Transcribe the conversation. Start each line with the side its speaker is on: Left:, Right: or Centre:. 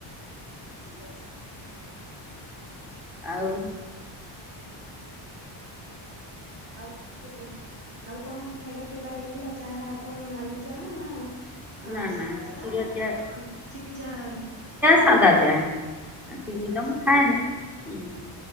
Right: କିଏ?
Centre: ଆଉ
Right: ଆଉ କଣ କୁହନ୍ତୁ? ଆଉ କଣ ଖାଇବା ପିଇବା ହେଇଥିଲା? ଚାହା କଣ ନାଲି ଚାହା ନା ଆଁ,
Centre: ନା ନା
Right: ସାଦା
Centre: କ୍ଷୀର
Right: ଚାହା ନା
Centre: ଚା
Right: କଣ ଚିନି ଚାହା?
Centre: ସାଧା ଚାହା। ଆଉ ଚିିନି ତ
Right: ଆଚ୍ଛା।
Centre: ମୁଁ ଖାଏନା। ହୁଁ,